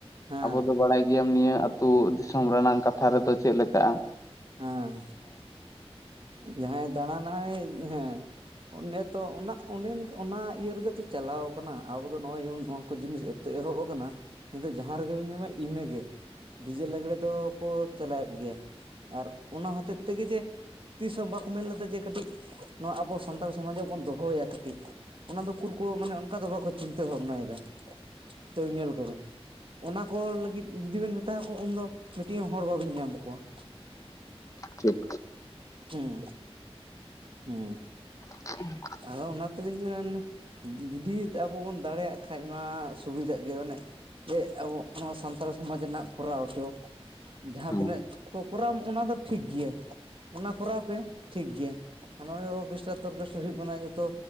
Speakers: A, on the right; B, on the left.
A: ᱦᱮᱸ
B: ᱟᱵᱚ ᱫᱚ ᱵᱟᱲᱟᱭ ᱜᱮᱭᱟᱢ ᱱᱤᱭᱟᱹ ᱟᱹᱛᱩ ᱫᱤᱥᱚᱢ ᱨᱮᱱᱟᱝ ᱠᱟᱛᱷᱟ ᱨᱮᱫᱚ ᱪᱮᱫ ᱞᱮᱠᱟᱼᱟ
A: ᱦᱮᱸ ᱡᱟᱦᱟᱸᱭ ᱫᱟᱬᱟᱱᱟᱭ ᱦᱮᱸ ᱚᱱᱮᱛᱚ ᱚᱱᱟ ᱚᱱᱮᱚᱱᱠᱟ ᱚᱱᱟ ᱤᱭᱟᱹ ᱨᱮᱜᱮ ᱛᱚ ᱪᱟᱞᱟᱣ ᱠᱟᱱᱟ ᱟᱵᱚ ᱫᱚ ᱱᱚᱜᱼᱚᱭ ᱡᱮᱢᱚᱱ ᱠᱚ ᱡᱤᱱᱤᱥ ᱮᱛᱚ ᱮᱦᱚᱵ ᱟᱠᱟᱱᱟ ᱦᱤᱛᱚᱜ ᱡᱟᱦᱟᱸ ᱨᱮᱜᱮ ᱵᱮᱱ ᱧᱟᱢᱟ ᱤᱱᱟᱹᱜᱮ ᱰᱤ ᱡᱮ ᱞᱟᱜᱽᱲᱮ ᱫᱚᱠᱚ ᱪᱟᱞᱟᱣᱮᱫ ᱜᱮᱭᱟ ᱟᱨ ᱚᱱᱟ ᱦᱚᱛᱮᱛ ᱛᱮᱜᱮ ᱡᱮ ᱛᱤᱥ ᱦᱚᱸ ᱵᱟᱠᱚ ᱢᱮᱱ ᱞᱮᱫᱟ ᱡᱮ ᱠᱟᱹᱴᱤᱡ ᱱᱚᱣᱟ ᱟᱵᱚ ᱥᱟᱱᱛᱟᱲ ᱥᱚᱢᱟᱡᱟᱜ ᱵᱚᱱ ᱫᱚᱦᱚᱭᱟ ᱠᱟᱹᱴᱤᱡ ᱚᱱᱟ ᱫᱚ ᱩᱠᱩᱨ ᱠᱚ ᱢᱟᱱᱮ ᱚᱱᱠᱟ ᱫᱚ ᱵᱟᱠᱚ ᱪᱤᱱᱛᱟᱹ ᱵᱷᱟᱵᱽᱱᱟᱭᱮᱫᱟ, ᱛᱟᱹᱣ ᱧᱮᱞ ᱠᱚᱵᱮᱱ ᱚᱱᱟ ᱠᱚ ᱞᱟᱹᱜᱤᱫ ᱡᱩᱫᱤ ᱵᱮᱱ ᱢᱮᱛᱟᱠᱚᱣᱟ ᱩᱱᱫᱚ ᱢᱤᱫᱴᱤᱡ ᱦᱚᱸ ᱦᱚᱲ ᱵᱟᱹᱵᱤᱱ ᱧᱟᱢ ᱠᱚᱣᱟ ᱾
B: ᱴᱷᱤᱠ ᱾
A: ᱦᱢ ᱦᱢ ᱾
B: <unintelligible>
A: ᱟᱫᱚ ᱚᱱᱟ ᱛᱮᱞᱤᱧ ᱢᱮᱱᱟ ᱡᱩ ᱡᱩᱫᱤ ᱟᱵᱚ ᱵᱚᱱ ᱫᱟᱲᱮᱭᱟᱜ ᱠᱷᱟᱡ ᱢᱟ ᱥᱩᱵᱤᱫᱟᱜ ᱜᱮᱭᱟ ᱢᱟᱱᱮ ᱡᱮ ᱟᱵᱚ ᱱᱚᱣᱟ ᱥᱟᱱᱛᱟᱲ ᱥᱚᱢᱟᱡᱽ ᱨᱮᱱᱟᱜ ᱠᱚᱨᱟᱣ ᱦᱚᱪᱚ ᱡᱟᱦᱟᱸ
B: ᱦᱮᱸ
A: ᱛᱤᱱᱟᱹᱜ ᱠᱚᱨᱟᱣᱟᱢ ᱚᱱᱟ ᱫᱚ ᱴᱷᱤᱠ ᱜᱮᱭᱟ, ᱚᱱᱟ ᱠᱚᱨᱟᱣ ᱯᱮ ᱴᱷᱤᱠ ᱜᱮᱭᱟ ᱱᱚᱜᱼᱚᱭ ᱚᱨᱜᱮᱥᱴᱟᱨ ᱛᱚᱨᱜᱮᱥᱴᱟᱨ ᱦᱩᱭᱩᱜ ᱠᱟᱱᱟ ᱡᱚᱛᱚ